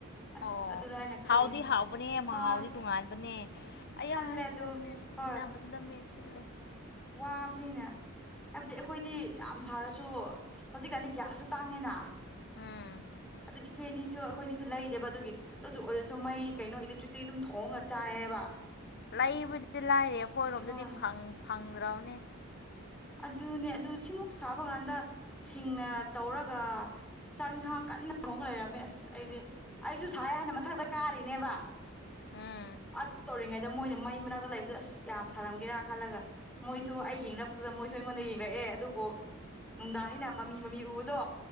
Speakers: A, in the centre; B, on the left (about 50°).
A: ꯑꯁ
B: ꯑꯣ
A: ꯑꯗꯨꯗ ꯈꯜꯂꯤꯅꯦ
B: ꯍꯥꯎꯗꯤ ꯍꯥꯎꯕꯅꯦ
A: ꯍꯣꯏ
B: ꯃꯍꯥꯎꯗꯤ ꯇꯣꯉꯥꯟꯕꯅꯦ ꯑ ꯍ
A: ꯈꯜꯂꯦ ꯑꯗꯨ
B: ꯈꯣꯡ
A: ꯍꯣꯏ
B: ꯗꯨ <unintelligible>
A: ꯋꯥꯕꯅꯤꯅ ꯍꯥꯏꯕꯗꯤ ꯑꯩꯈꯣꯏꯗꯤ ꯌꯥꯝ ꯁꯥꯔꯁꯨ ꯍꯧꯖꯤꯛꯀꯥꯟꯗꯤ ꯒ꯭ꯌꯥꯁꯁꯨ ꯇꯥꯡꯉꯦꯅ
B: ꯎꯝ
A: ꯑꯗꯨ ꯏꯆꯦꯅꯤꯁꯨ ꯑꯩꯈꯣꯏꯅꯤꯁꯨ ꯂꯩꯗꯦꯕ ꯑꯗꯨꯒꯤ ꯑꯗꯨꯗ ꯑꯣꯏꯔꯁꯨ ꯃꯩ ꯀꯩꯅꯣ ꯏꯂꯦꯛꯇ꯭ꯔꯤꯛꯇꯒꯤ ꯑꯗꯨꯝ ꯊꯣꯡꯉ ꯆꯥꯏꯑꯕ
B: ꯂꯩꯕꯨꯗꯤ ꯂꯥꯏꯔꯦ ꯑꯩꯈꯣꯏꯔꯣꯝꯗꯗꯤ
A: ꯍꯣꯏ
B: ꯐꯪꯗ꯭ꯔꯕꯅꯦ
A: ꯑꯗꯨꯅꯦ ꯑꯗꯨ ꯁꯤꯃꯨꯛ ꯁꯥꯕ ꯀꯥꯟꯗ ꯁꯤꯡꯅ ꯇꯧꯔꯒ ꯆꯥꯛ ꯌꯦꯟꯁꯥꯡ ꯀꯟꯅ ꯊꯣꯡꯒ ꯂꯩꯔꯝꯃꯦ ꯑꯁ ꯑꯩꯗꯤ ꯑꯩꯁꯨ ꯁꯥꯏ ꯍꯥꯟꯅ ꯃꯊꯛꯇ ꯀꯥꯔꯤꯅꯦꯕ
B: ꯎꯝ
A: ꯑ ꯇꯉꯥꯏ ꯃꯣꯏꯅ ꯃꯩ ꯃꯅꯥꯛꯇ ꯂꯩꯕꯗꯨ ꯑꯁ ꯀꯌꯥꯝ ꯁꯥꯔꯝꯒꯦꯔꯥ ꯈꯜꯂꯒ ꯃꯣꯏꯁꯨ ꯑꯗꯨ ꯑꯗꯨꯗ ꯃꯣꯏꯁꯨ ꯑꯩꯉꯣꯟꯗ ꯌꯦꯡꯛꯑꯦ ꯑꯗꯨꯕꯨ ꯅꯨꯡꯗꯥꯡꯅꯤꯅ ꯃꯃꯤ ꯃꯃꯤ ꯎꯕꯗꯣ